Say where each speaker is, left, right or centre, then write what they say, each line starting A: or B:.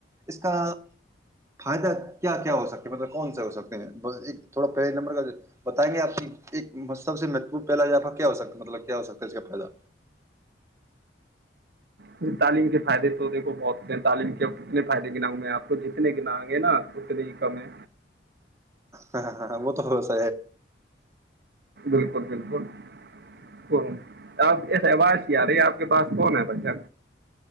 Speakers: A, on the right; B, on the right.
A: اس کا فائدہ کیا کیا ہو سکتا مطلب کون سے ہو سکتے ہیں تھوڑا پہلے نمبر کا بتائیں گے آپ ایک سب سے مہتوپور پہلاپ کیا ہو سکتا مطلب کیا ہو سکتا ہے اس کا فدہ
B: جی تعلیم کے فائدے تو دیکھو بہت سے ہیں تعلیم کے ا کتنے فائدے گناؤں میں آپ کو جتنے گناؤں گے نا اتنے ہی کم ہے
A: ہ ہ وہ تو ہو س
B: بالکل بالکل آپ ایس آواز کی آ رہی ہے آپ کے پاس کون ہے بچہ